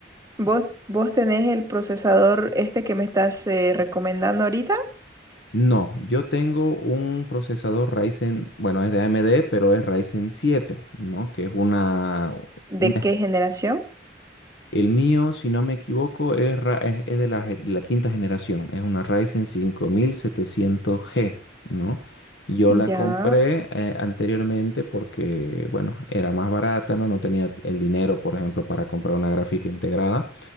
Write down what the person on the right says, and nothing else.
¿Vos, vos tenés el procesador este que me estás eh, recomendando ahorita?
¿De
qué generación?
Ya,